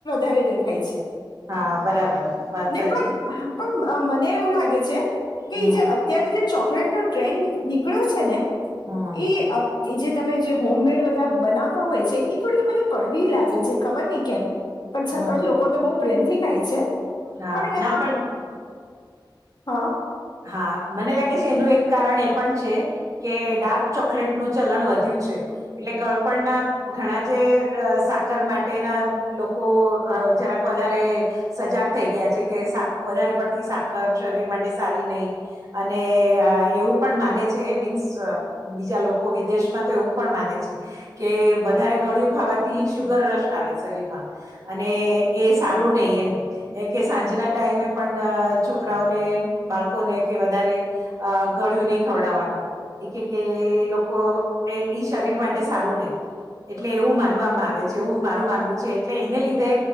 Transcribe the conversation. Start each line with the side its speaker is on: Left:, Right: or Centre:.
Left: <unintelligible> દેખાય છે.
Right: હા બરાબર વાત
Left: ને
Right: સાચી
Left: પણ
Right: છે.
Left: પણ મને એવું લાગે છે કે
Right: હમ
Left: જે અત્યારે જે ચોકલેટ નો ટ્રેન્ડ નીકળ્યો છે ને,
Right: હમ
Left: એ એ જે તમે જે હોમમેડ બધા બનાવતા હોય છે એ થોડીક મને કડવી લાગે છે ખબર નહી કેમ પણ છતાંય
Right: હમ
Left: લોકો તો બહુ પ્રેમથી ખાય છે
Right: હા
Left: પણ
Right: ના
Left: હા
Right: હા મને લાગે છે એનું એક કારણ એ પણ છે કે ડાર્ક ચોકલેટનું ચલણ વધ્યું છે એટલે ગળપણ ના ઘણા જે સાકર માટેના લોકો જરાક વધરે સજાગ થઈ ગયા છે કે વધારે પડતી સાકર શરીર માટે નહીં અને એવું પણ માને છે મીન્સ બીજા લોકો વિદેશમાં તો એવું માને છે કે વધારે ગળિયું ખાવાથી શુગર રસ આવે શરીરમાં અને એ સારું નહી એમ કે સાંજના ટાઈમે પણ છોકરાઓને બાળકોને કે વધારે અ ગળિયું નહી ખવડાવવાનું એ કે કે લોકો એ ઈ શરીર માટે સારું નહી. એટલે એવું માનવામાં આવે છે એવું મારું માનવું છે એટલે એને લીધે